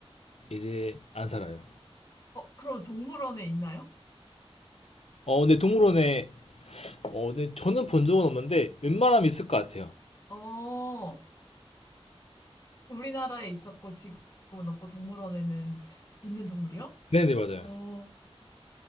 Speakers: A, on the left; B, on the left.
A: 이제 안 살아요.
B: 그럼 동물원에 있나요?
A: 어 근데 동물원에 어 네 저는 본 적은 없는데 웬만하면 있을 것 같아요.
B: 어, 어, 우리나라에 있었고 지금은 없고 동물원에는 있는 동물이요?
A: 네네 맞아요.
B: 어,